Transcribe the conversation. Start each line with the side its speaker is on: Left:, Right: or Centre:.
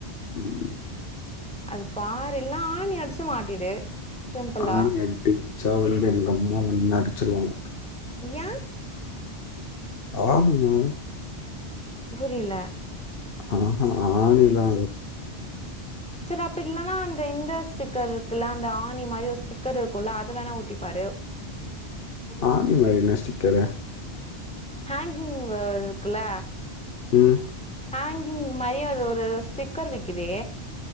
Left: ம்,
Centre: அது பாரு இல்லனா ஆணி அடிச்சு மாட்டிடு சிம்பிளா
Left: ஆணி அடிச்சாவந்து எங்கம்மா வந்து அடிச்சிருவாங்க
Centre: ஏ
Left: ஆம்மா
Centre: புரில
Left: ஆ ஹா ஆணில்லா
Centre: செரி அப்டி இல்லன்னா அந்த இந்த ஸ்டிக்கர்ருக்குல்ல அந்த ஆணி மாரி ஒரு ஸ்டிக்கர் இருக்குல அது வேணா ஒட்டி பாரு
Left: ஆணி மாரி என்னா ஸ்டிக்கரு
Centre: ஹாங்கிங் வ இருக்குல்ல
Left: ம்
Centre: ஹாங்கிங் மாரியே அது ஒரு ஸ்டிக்கர் விக்கிதே